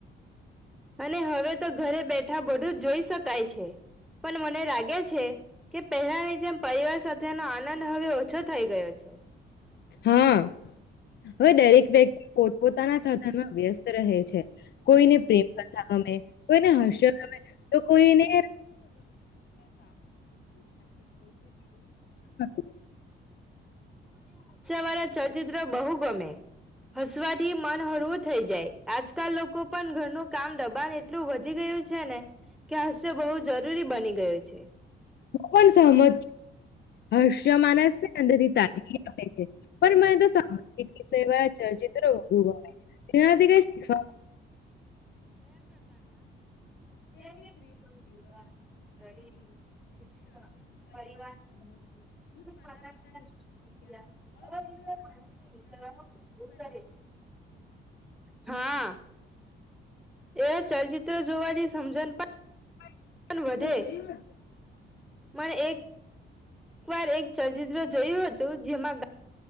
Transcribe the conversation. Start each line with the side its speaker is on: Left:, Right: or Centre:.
Centre: અને હવે તો ઘરે બેઠા બધું જ જોઈ શકાય છે પણ મને લાગે છે કે પહેલાની જેમ પરિવાર સાથેનો આનંદ હવે ઓછો થઈ ગયો છે.
Left: હા. હવે દરેક વ્યક્તિ પોતપોતાના સાધનમાં વ્યસ્ત રહે છે કોઈને પ્રેમકથા ગમે કોઈને હાસ્ય ગમે તો કોઈને <inaudible>
Centre: વાળા ચયચિત્ર બહુ. ગમે. હસવાથી મન હળવું થઈ જાય આજકાલ લોકો પણ ઘરનું. કામ દબાણ એટલું વધી ગયું છે ને કે હાસ્ય બહુ જરૂરી બની ગયું છે.
Left: હું પણ સહમત છ. હર્ષ્ય માનસ છે અંદરથી તાજગી આપે છે પણ મને તો સામાજ વિષ વાળ ચચિત્રો વધુ ગ છે એનાથી ક શીખ.
Centre: જેમ કે સ્ત્રીઓનું જીવન ગરીબી શિક્ષણ પરિવારના સંબંધોૃ માતા પિતાની સમસ્યા અ વિ માણસને નીચવામાં મજબૂર કરે છે. હા. એ ચલચિત્ર જોવાની સમજણ.
Left: <unintelligible>
Centre: વધે પણ એક વાર એક ચલચિત્ર જોયું હતું. જેમાં